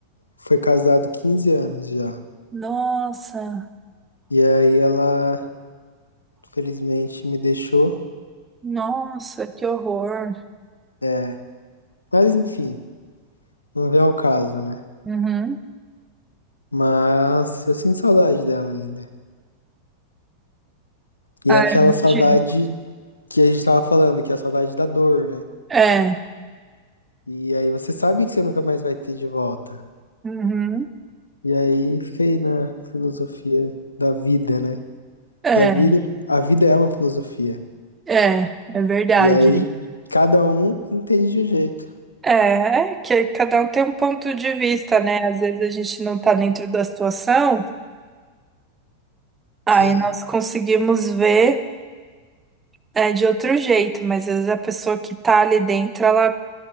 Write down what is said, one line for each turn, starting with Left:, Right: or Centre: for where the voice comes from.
Left: foi casado quinze anos já.
Right: Nossa,
Left: E aí ela felizmente me deixou.
Right: nossa, que horror.
Left: É, mas enfim, não vem ao caso, né?
Right: Uhum.
Left: Mas eu sinto saudade dela ainda. E
Right: Ah,
Left: é aquela
Right: eu não
Left: saudade
Right: tive.
Left: que a gente tava falando, que é a saudade da dor, né?
Right: É.
Left: E aí você sabe que você nunca mais vai ter de volta.
Right: Uhum.
Left: E aí fiquei na filosofia da vida, né?
Right: É,
Left: Que a vida, a vida é uma filosofia.
Right: é, é verdade.
Left: E aí cada um entende de um jeito.
Right: É, é que cada um tem um ponto de vista, né? Às vezes a gente não tá dentro da situação, aí
Left: Sim,
Right: nós conseguimos ver é, de outro jeito, mas às vezes a pessoa que tá ali dentro, ela